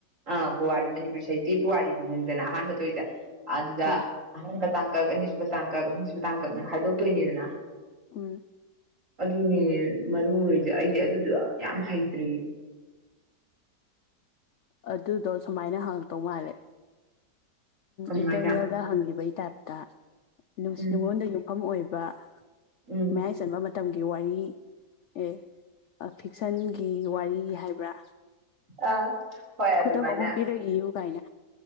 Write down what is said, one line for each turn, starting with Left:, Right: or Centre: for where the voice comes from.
Right: ꯑ ꯄꯨꯋꯥꯔꯤ ꯃꯅꯤꯄꯨꯔꯤ ꯁꯥꯍꯤꯇ꯭ꯌꯒꯤ ꯄꯨꯋꯥꯔꯤꯅꯤꯗꯅ ꯑꯍꯥꯟꯕ ꯇꯧꯏꯖꯦ ꯑꯗꯨꯗ
Left: ꯑꯥ
Right: ꯑꯍꯥꯟꯕ ꯇꯥꯡꯀꯛ ꯑꯅꯤꯁꯨꯕ ꯇꯥꯡꯀꯛ ꯑꯍꯨꯝꯁꯨꯕ ꯇꯥꯡꯀꯛꯅ ꯈꯥꯏꯗꯣꯛꯇꯣꯏꯅꯤꯗꯅ
Left: ꯎꯝ
Right: ꯑꯗꯨꯅꯦ ꯃꯔꯨ ꯑꯣꯏꯁꯦ ꯑꯩꯁꯦ ꯑꯗꯨꯗ ꯌꯥꯝ ꯍꯩꯇ꯭ꯔꯤꯌꯦ
Left: ꯑꯗꯨꯗꯣ ꯁꯨꯃꯥꯏꯅ ꯍꯪꯉꯛꯇꯧ ꯃꯥꯜꯂꯦ
Right: ꯀꯃꯥꯏꯅ
Left: ꯏꯟꯇꯔꯅꯦꯜ ꯗ ꯍꯪꯈꯤꯕꯒꯤ ꯇꯥꯏꯞꯇ ꯅꯨꯡꯁꯤ
Right: ꯎꯝ
Left: ꯅꯨꯉꯣꯜꯗ ꯌꯨꯝꯐꯝ ꯑꯣꯏꯕ
Right: ꯎꯝ
Left: ꯃꯌꯥꯏ ꯆꯟꯕ ꯃꯇꯝꯒꯤ ꯋꯥꯔꯤ ꯑꯦ ꯐꯤꯛꯁꯟꯒꯤ ꯋꯥꯔꯤ ꯍꯥꯏꯕ꯭ꯔꯥ
Right: ꯑꯥ ꯍꯣꯏ ꯑꯗꯨꯃꯥꯏꯅ
Left: ꯈꯨꯗꯝ ꯑꯍꯨꯝ ꯄꯤꯔ ꯏꯌꯨ ꯀꯥꯏꯅ